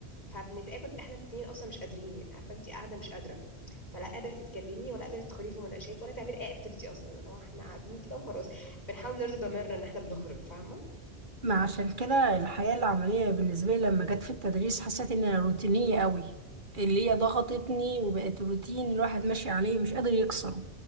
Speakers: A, on the left; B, on the right.
A: فبنتقابل احنا الاتنين اصلا مش قادرين يعني عارفة انت قاعدة مش قادرة فلا قادرة تتكلمي ولا قادرة تدخلي في مناقشات ولا تعملي اي اكتيفيتي اصلا لو احنا قاعدين كده وخلاص بنحاول نرضي ضميرنا ان احنا بنخرج فاهمة
B: ما عشان كده الحياة العملية بالنسبة لي لما جت في التدريس حسيت انها روتينية قوي اللي هي ضغطتني وبقت روتين الواحد ماشي عليه مش قادر يكسره